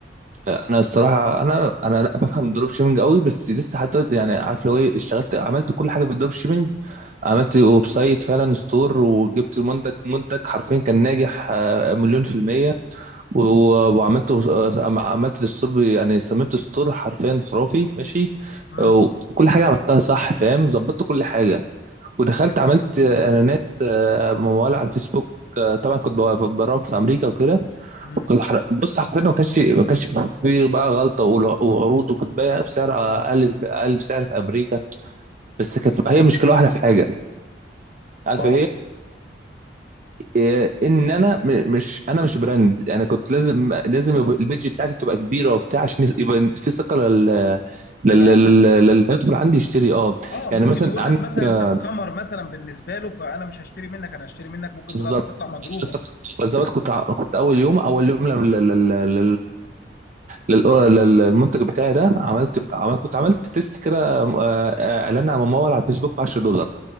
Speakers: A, on the right (about 40°); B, on the left (about 55°).
A: انا الصراحه انا انا لا بفهم الدروب شيبنج قوي بس لسه حتى يعني عارف لو ايه اشتغلت عملت كل حاجه في الدروب شيبنج عملت ويب سايت فعلا ستور وجبت المنتج منتج حرفيا كان ناجح آه، مليون في المية و- و- وعملت آه، عملت الستور ب- يعني صممت ستور حرفيا خرافي ماشي
B: امم
A: وكل حاجه عملتها صح فاهم ظبطت كل حاجه ودخلت عملت آه، اعلانات آه، موال على الفيسبوك آه، طبعا كنت ب- براوغ في امريكا وكده
B: امم
A: وكنت حر- بص حرفيا ما كانش ما كانش في في بقى غلطه والع- وعروض وكنت بايع بسعر اقل في- اقل في سعر في امريكا بس كانت هي مشكله واحده في حاجه عارف
B: اه
A: إيه، ان انا م- مش انا مش براند انا كنت لازم لازم يبقى البيدج بتاعتي تبقى كبيره وبتاع عشان يس- يبقى في ثقه لل
B: للعملاء
A: لل- لل- لل- للي هيدخل عندي يشتري اه
B: اه
A: يعني
B: ممكن
A: مثلا
B: يقول
A: عندك
B: لك مثلا
A: آه،
B: انت سكامر مثلا بالنسبه له فانا مش هشتري منك انا هشتري منك ممكن
A: بالظبط
B: بضاعتك تطلع مضروبه
A: مثلاً بالظبط كنت ع- كنت اول يوم اول يوم لل لل لل لل- لل- للمنتج بتاعي ده عملت عملت كنت عملت تيست كده آه، آه، اعلان على ممول على الفيسبوك ب 10 دولار